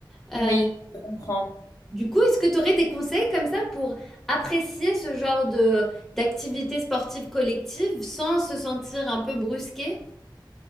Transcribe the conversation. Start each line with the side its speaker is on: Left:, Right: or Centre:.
Centre: Hem
Left: Oui, je comprends.
Centre: du coup, est-ce que tu aurais des conseils comme ça pour apprécier ce genre de d'activité sportive collective sans se sentir un peu brusqué?